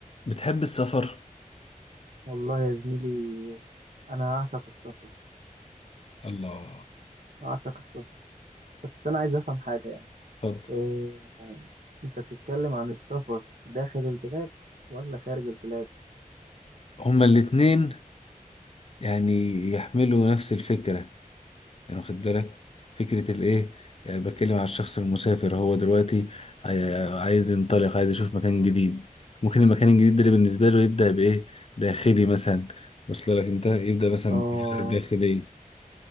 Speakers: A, on the left; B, on the right.
A: بتحب السفر
B: والله يا زميلي انا اعشق السفر
A: الله
B: اعشق السفر بس انا عايز افهم حاجه يعني
A: اتفضل
B: إيه انت بتتكلم عن السفر داخل البلاد ولا خارج البلاد
A: هما الاتنين يعني يحملوا نفس الفكرة يعني واخد بالك فكرة الايه آه، بتكلم على الشخص المسافر هو دلوقتي عاي- عايز ينطلق عايز يشوف مكان جديد ممكن المكان الجديد ده اللي بالنسبة له يبدأ بإيه داخلي مثلا وصل لك انت يبدأ مثلا
B: اه
A: بالحاجات الداخلية